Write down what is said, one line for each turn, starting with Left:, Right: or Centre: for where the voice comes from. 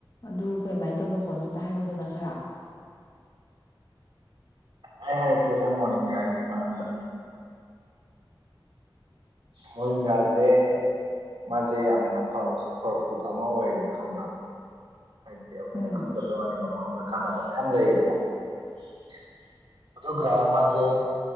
Left: ꯑꯗꯨ ꯀꯩꯃꯥꯏꯅ ꯇꯧꯕ ꯄꯣꯠꯅꯣ ꯑꯝꯇ ꯍꯥꯏꯔꯛꯑꯣꯗꯅ ꯈꯔ
Right: ꯑꯩ ꯍꯥꯏꯔꯛꯀꯦꯁꯦ ꯃꯣꯔꯤꯡꯒꯥꯒꯤ ꯃꯔꯝꯗ ꯃꯣꯔꯤꯡꯒꯥꯁꯦ ꯃꯥꯁꯦ ꯌꯥꯝꯅ ꯐꯕ ꯁꯨꯄꯔ ꯐꯨꯗ ꯑꯃ ꯑꯣꯏꯌꯦꯕ ꯈꯪꯕ꯭ꯔꯥ ꯍꯥꯏꯗꯤ ꯑꯩꯈꯣꯏꯅ
Left: ꯎꯝ
Right: ꯈꯪꯗꯕꯩꯋꯥꯅꯦꯕ ꯃꯉꯣꯟꯗ ꯀꯥꯟꯅꯕ ꯃꯌꯥꯝ ꯂꯩꯌꯦꯕ <inaudible> ꯑꯗꯨꯒ ꯃꯥꯁꯦ